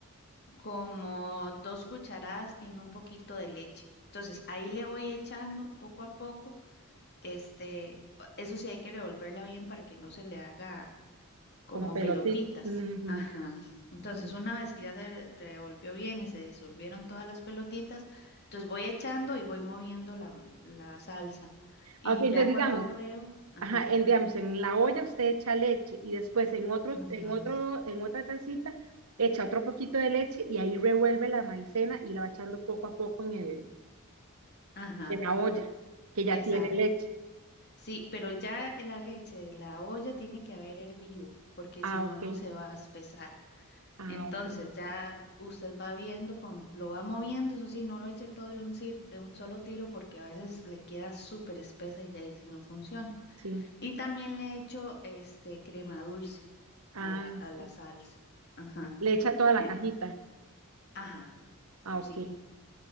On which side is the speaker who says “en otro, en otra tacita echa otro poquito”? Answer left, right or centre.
Right